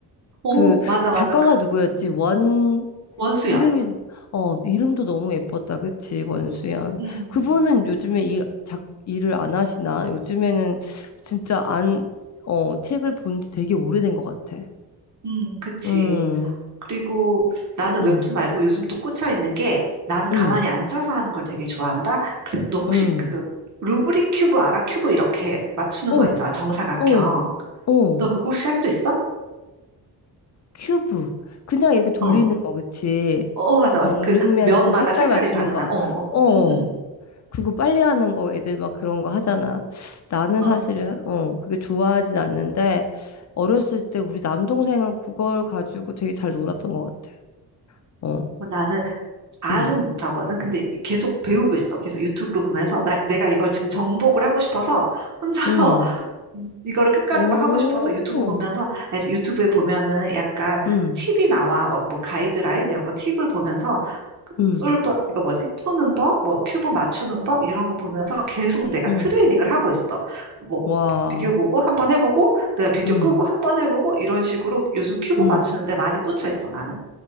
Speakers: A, on the right (about 45°); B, on the left (about 40°).
A: 어,
B: 그
A: 맞아,
B: 작가가
A: 맞아. 그,
B: 누구였지?
A: 음,
B: 원,
A: 원수연.
B: 이름이, 어, 이름도 너무 예뻤다. 그치, 원수연.
A: 음,
B: 그분은 요즘에 일, 작, 일을 안 하시나? 요즘에는 진짜 안, 어, 책을 본지 되게 오래된 것 같아.
A: 음, 그치.
B: 음,
A: 그리고 나는
B: 음,
A: 웹툰 말고 요즘 또 꽂혀 있는 게 나는
B: 음,
A: 가만히 앉아서 하는 걸 되게 좋아한다. 그래, 너 혹시
B: 음.
A: 그 루브릭 큐브 알아? 큐브 이렇게 맞추는
B: 어,
A: 거 있잖아. 정사각형.
B: 어, 어.
A: 너 그거 혹시 할 수 있어?
B: 큐브. 그냥 이렇게 돌리는
A: 어. 어,
B: 거, 그치?
A: 어, 맞아.
B: 정육면체
A: 그 면마다
B: 색깔
A: 색깔이
B: 맞추는
A: 다르나?
B: 거.
A: 어, 어.
B: 어. 어.
A: 응, 응.
B: 그거 빨리 하는 거 애들 막 그런 거 하잖아. 나는
A: 어.
B: 사실 어 그게 좋아하진 않는데 어렸을 때 우리 남동생은 그걸 가지고 되게 잘 놀았던 것 같아. 어,
A: 뭐 나는 잘은
B: 응,
A: 못하거든. 근데 계속 배우고 있어. 계속 유튜브로 보면서 나, 내가 이걸 지금 정복을 하고 싶어서 혼자서
B: 응,
A: 음, 이거를 끝까지
B: 오,
A: 막 하고 싶어서 유튜브 보면서 알지? 유튜브에 보면은 약간
B: 응,
A: 팁이 나와 어, 뭐 가이드라인 이런 거 팁을 보면서 그
B: 응,
A: 솔브 이거 뭐지 푸는 법 뭐 큐브 맞추는 법 이런 거 보면서 계속 내가
B: 응,
A: 트레이닝을 하고 있어 뭐
B: 와,
A: 비디오 보고 한 번 해보고 그다음에 비디오
B: 응,
A: 끄고 한 번 해보고 이런 식으로 요즘 큐브
B: 응,
A: 맞추는데 많이 꽂혀 있어 나는